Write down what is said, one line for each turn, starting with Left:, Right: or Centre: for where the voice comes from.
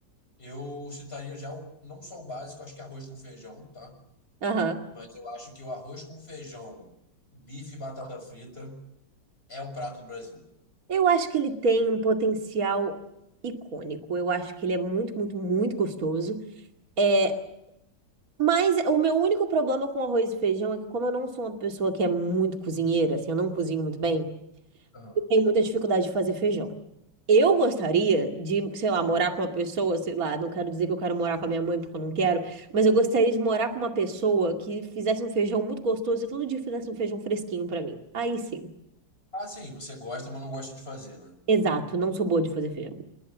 Left: eu citaria já o- não só o básico, acho que arroz com feijão, tá?
Right: Aham.
Left: Mas eu acho que o arroz com feijão, bife e batata frita é o prato do Brasil.
Right: Eu acho que ele tem um potencial icônico. Eu acho que ele é muito, muito, muito gostoso. É Mas o meu único problema com arroz e feijão é que, como eu não sou uma pessoa que é muito cozinheira, assim, eu não cozinho muito bem,
Left: Aham.
Right: eu tenho muita dificuldade de fazer feijão. Eu gostaria de, sei lá, morar com uma pessoa, sei lá, não quero dizer que eu quero morar com a minha mãe porque eu não quero, mas eu gostaria de morar com uma pessoa que fizesse um feijão muito gostoso e todo dia fizesse um feijão fresquinho pra mim. Aí sim.
Left: Ah, sim, você gosta, mas não gosta de fazer, né?
Right: Exato, não sou boa de fazer feijão.